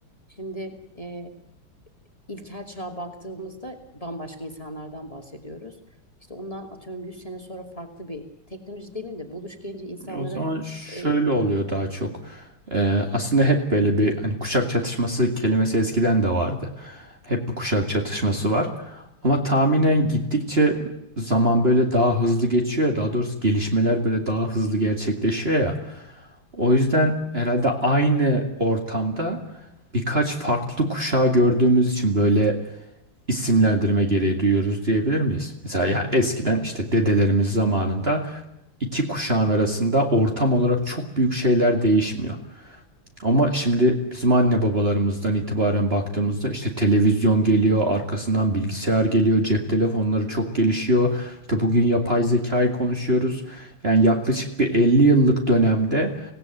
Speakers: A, on the left; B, on the right.
A: Şimdi e, İlkel çağa baktığımızda bambaşka insanlardan bahsediyoruz. İşte ondan atıyorum 100 sene sonra farklı bir teknoloji demeyeyim de buluş gelince insanların
B: E, O zaman şöyle
A: e,
B: oluyor daha çok. Ee, aslında hep böyle bir hani kuşak çatışması kelimesi eskiden de vardı. Hep bir kuşak çatışması var. Ama tahminen gittikçe zaman böyle daha hızlı geçiyor ya, daha doğrusu gelişmeler böyle daha hızlı gerçekleşiyor ya. O yüzden herhalde aynı ortamda birkaç farklı kuşağı gördüğümüz için böyle isimlendirme gereği duyuyoruz diyebilir miyiz? Mesela ya eskiden işte dedelerimiz zamanında iki kuşağın arasında ortam olarak çok büyük şeyler değişmiyor. Ama şimdi bizim anne babalarımızdan itibaren baktığımızda işte televizyon geliyor, arkasından bilgisayar geliyor, cep telefonları çok gelişiyor. İşte bugün yapay zekayı konuşuyoruz. Yani yaklaşık bir 50 yıllık dönemde